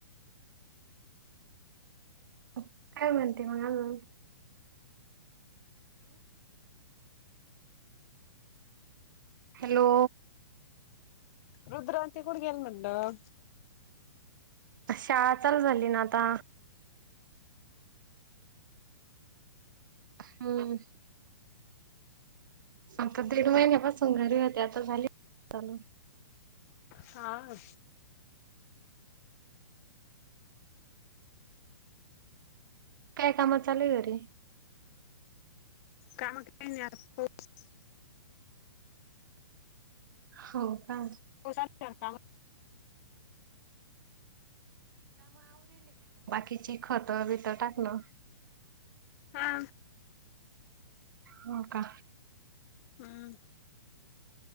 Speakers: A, on the right; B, on the left.
A: काय म्हणते मग अजुन. हॅलो
B: रुद्रांती कुठें गेली म्हंटल.
A: शाळा चालु झाली ना आता. हम्म! आता दीड महिन्यापासून घरी होते आता झाली <unintelligible> चालु
B: हां
A: काय काम चालूयं घरी?
B: काम काही नाही आता पोहच.
A: हों का!
B: हो झा <unintelligible> काम
A: किती खतं बित टाकणं
B: हा.
A: हों का
B: हम्म